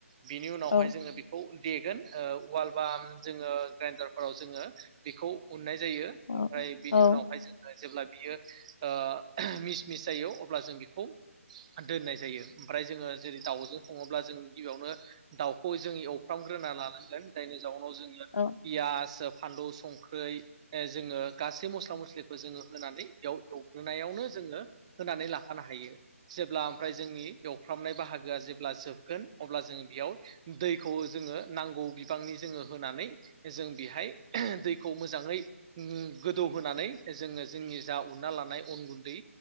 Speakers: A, on the right; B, on the left.
A: बिनि उनावहाय
B: औ
A: जोङो बेखौ देगोन ओ उवाल बा जोङो ग्राइन्दारफोराव जोङो बेखौ उन्नाय जा जायो
B: औ
A: ओमफ्राय बिनि
B: औ
A: उनावहाय जोङो जेब्ला बियो। ओ मिस मिस जायो अब्ला जों बेखौ दोननाय जायो ओमफ्राय जोङो जेरै दाउजों सङोब्ला जों गिबियावनो दाउखौ जों एवफ्रामग्रोना लानांगोन जायनो <inaudible> जोङो
B: औ
A: पियास फानलु संख्रै जोङो गासै मस्ला मस्लिखौ जोङो होनानै बेयाव एव होनायावनो जोङो होनानै लाखानो हायो। जेब्ला ओमफ्राय जोंनि। एवफ्रामनाय बाहागोआ जेब्ला जोबगोन अब्ला जोङो बेयाव दैखौ जोङो नांगौ बिबांनि जोङो होनानै जों बेहाय दैखौ मोजाङै गोदौहोनानै जोङो जोंनि जा उना लानाय। अन गुन्दै